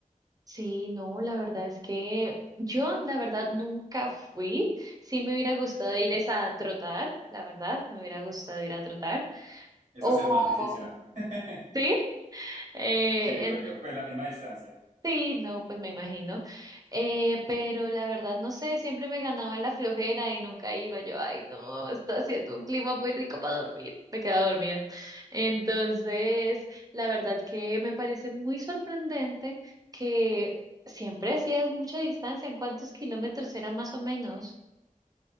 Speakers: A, on the right; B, on the right.
A: Sí, no, la verdad es que yo, la verdad, nunca fui. Sí me hubiera gustado ir es a trotar, la verdad, me hubiera gustado ir a trotar.
B: Eso
A: O,
B: sí es más difícil, ah. <laughs>
A: sí, eh,
B: Digo yo, pues la misma distancia.
A: Sí, no, pues me imagino. Eh, pero la verdad, no sé, siempre me ganaba la flojera y nunca iba. Yo, ay, no, está haciendo un clima muy rico para dormir. Me quedaba dormida. Entonces, la verdad que me parece muy sorprendente que siempre hacías mucha distancia. ¿En cuántos kilómetros era más o menos?